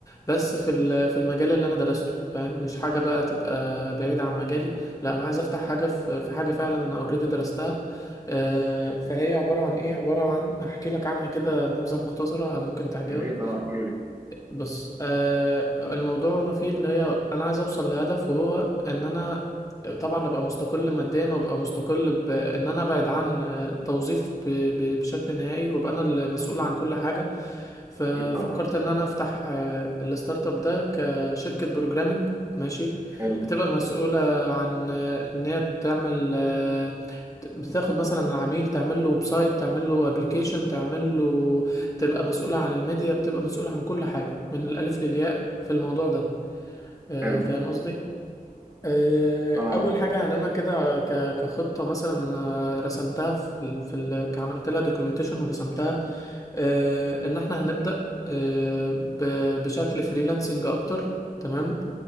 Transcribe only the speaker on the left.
بس في ال- في المجال اللي أنا درسته فاهم مش حاجة بقى تبقى بعيدة عن مجالي لا أنا عايز أفتح حاجة في في حاجة فعلا أنا أوريدي درستها آه، فهي عبارة عن إيه عبارة عن أحكي لك عنها كده نبذة مختصرة ممكن تعجبك
بص آه الموضوع ما فيه اللي هي انا عايز اوصل لهدف وهو ان انا طبعا ابقى مستقل ماديا وابقى مستقل بان انا ابعد عن آه، التوظيف ب- ب- بشكل نهائي وابقى انا المسؤول عن كل حاجة ففكرت
ان انا افتح آه، الستارت اب ده كشركة بروجرامنج ماشي
بتبقى مسؤولة عن آه، ان هي تعمل آه، بتاخد مثلا العميل تعمل له ويب سايت تعمل له ابلكيشن تعمل له تبقى مسؤولة عن الميديا بتبقى مسؤولة عن كل حاجة من الألف للياء في الموضوع ده آه،
فاهم قصدي؟ آه،
أول حاجة يعني أنا كده ك- كخطة مثلا أنا رسمتها في ال... في ال... عملت لها دوكيومنتيشن ورسمتها آه، إن إحنا هنبدأ آه، ب... بشكل فريلانسنج أكتر تمام